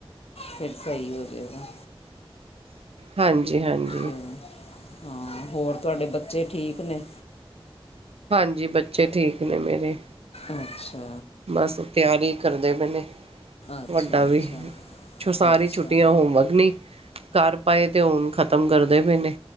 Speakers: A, on the left; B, on the right.
A: ਫਿਰ ਸਹੀ ਹੋ ਜਾਏਗਾ।
B: ਹਾਂਜੀ-ਹਾਂਜੀ।
A: ਅ ਹਾਂ ਹੋਰ ਤੁਹਾਡੇ ਬੱਚੇ ਠੀਕ ਨੇ?
B: ਹਾਂਜੀ ਬੱਚੇ ਠੀਕ ਨੇ ਮੇਰੇ।
A: ਅੱਛਾ।
B: ਬਸ ਤਿਆਰੀ ਕਰਦੇ ਪਏ ਨੇ।
A: ਅੱਛਾ
B: ਤੁਹਾਡਾ
A: ਅੱਛਾ
B: ਵੀ ਸਾਰੀ
A: ਅੱਛਾ
B: ਛੁੱਟੀਆਂ ਹੋਮਵਰਕ ਨੀ ਕਰ ਪਾਏ ਤੇ ਹੁਨ ਖ਼ਤਮ ਕਰਦੇ ਪਏ ਨੇ।